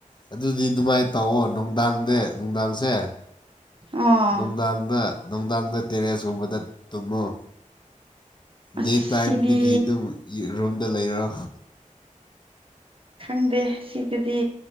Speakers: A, on the left; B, on the right.
A: ꯑꯗꯨꯗꯤ ꯑꯗꯨꯃꯥꯏꯅ ꯇꯧꯑꯣ ꯅꯨꯡꯗꯥꯡꯗꯦ ꯅꯨꯡꯗꯥꯡꯁꯦ
B: ꯑꯣ
A: ꯅꯨꯡꯗꯥꯡꯗ ꯅꯨꯡꯗꯥꯡꯗ ꯇꯦꯔꯦꯁꯀꯨꯝꯕꯗ ꯇꯨꯝꯃꯣ
B: ꯑꯁ
A: ꯗꯦ ꯇꯥꯏꯝꯗꯒꯤ
B: ꯁꯤꯗꯤ
A: ꯑꯗꯨꯝ ꯔꯨꯝꯗ ꯂꯩꯔꯣ
B: ꯈꯪꯗꯦ ꯁꯤꯗꯗꯤ